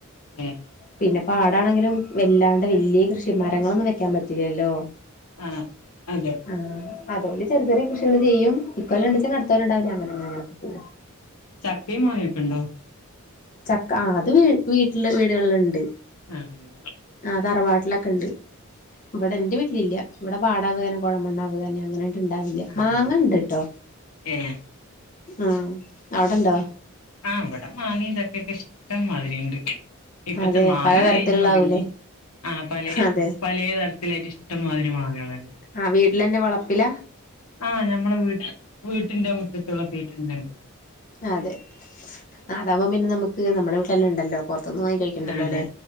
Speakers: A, on the left; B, on the left.
A: ഏഹ്
B: പിന്നെ പാടാണെങ്കിലും വെല്ലാണ്ട് വല്യ കൃഷി മരങ്ങളൊന്നും വെക്കാൻ പറ്റില്ലല്ലോ
A: ആഹ് അതെ
B: ആഹ് അതൊണ്ട് ചെറിയ ചെറിയ കൃഷികള് ചെയ്യും ഇക്കൊല്ല ണ്ട്ച്ച അടുത്തോല്ലം ഉണ്ടാവില്ല അങ്ങനങ്ങനെങ്ങനൊക്കെ പോ
A: ചക്കിം മാങ്ങിയക്കണ്ടോ
B: ചക്ക ആത് വീ വീട്ടില് വീടുകളിലുണ്ട്
A: ആഹ്
B: ആഹ് തറവാട്ടിലൊക്കെ ഉണ്ട് ഇവിടെ എന്റെ വീട്ടിലില്ല ഇവിടെ പാടാവകാരം കുഴമണ്ണ അവപകാനം അങ്ങനെ ണ്ടാവില്ല
A: ആഹ്
B: മാങ്ങണ്ട്ട്ടോ
A: ഏഹ്
B: ആഹ് അവിടെണ്ടോ
A: ആഹ് വട മാങ്ങിം ചക്കൊക്കെ ഇഷ്ടം മാതിരിണ്ട് ഇപ്പതെ
B: അതെ
A: മാങ്ങ
B: പലതരത്തിലുള്ളാവൂലേ
A: കഴിഞ്ഞ് തുടങ്ങി ആഹ് പലെ
B: അതെ
A: പലേ തര ത്തിലായ്റ്റ് ഇഷ്ടമാതിരി മാങ്ങേള്ണ്ട്
B: ആഹ് വീട്ടിലന്നെ വളപ്പില
A: ആഹ് ഞമ്മളെ വീ വീട്ടിന്റെ മുറ്റത്തുള്ള കേട്ടുണ്ടല്ല്
B: അതെ അതാഉമ്പ പിന്നെ നമ്മക്ക് നമ്മുടെ വീട്ടെല്ലാണ്ടല്ലോ പുറത് ന്ന് വാങ്ങി കഴിക്കണ്ടല്ലോല്ലേ
A: അതെ